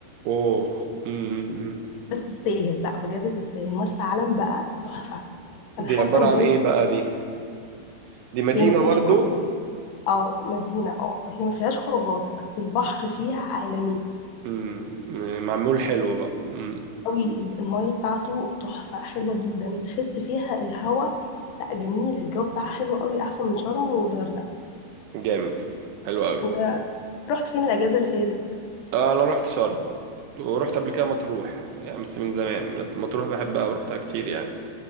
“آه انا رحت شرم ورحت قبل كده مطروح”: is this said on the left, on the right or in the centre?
Right